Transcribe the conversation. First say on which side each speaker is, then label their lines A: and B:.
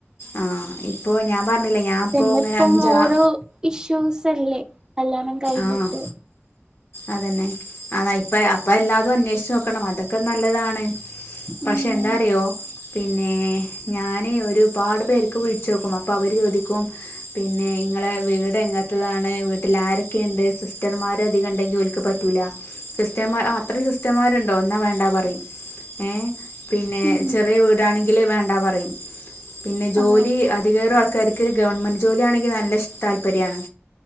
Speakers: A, on the left; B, on the right.
A: ആ ഇപ്പൊ ഞാൻ പറഞ്ഞില്ലേ ഞാൻ
B: പിന്നിപ്പം
A: ഇപ്പോൾ ഇങ്ങനെ അഞ്ചാ
B: ഓരോ ഇഷ്യൂസല്ലേ? കല്യാണം കഴിഞ്ഞിട്ടും.
A: ആഹ് അതന്നെ അതാ ഇപ്പ അപ്പ എല്ലാതും അന്വേഷിച്ച് നോക്കണം അതൊക്കെ നല്ലതാണ് പക്ഷെ
B: ഉം
A: എന്താറിയോ പിന്നെ ഞാൻ പിന്നെ ഒരുപാട് പേർക്ക് വിളി ചോക്കും. അപ്പോ അവര് ചോദിക്കും പിന്നെ ഇങ്ങളെ വീട് എങ്ങനത്തതാണ് വീട്ടിൽ ആരൊ ഒക്കെ ണ്ട് സിസ്റ്റർമാര് അധികം ണ്ടങ്കി ഓര്ക്ക് പറ്റൂല. ക്രിസ്ത്യന്മാർ ആ അത്ര ക്രിസ്ത്യന്മാരുണ്ട ട്ടോ ന്നാ വേണ്ടാ പറിം ഏ? പിന്നെ
B: ഉം
A: ചെറിയ വീടാണെങ്കി ങ്കില് വേണ്ടാ പറയും. പിന്നെ ജോലി
B: ആ
A: അധികേറും ആൾക്കാർക്ക് ഗവൺമെന്റ് ജോലിയാണെങ്കിൽ നല്ല താല്പര്യണ്.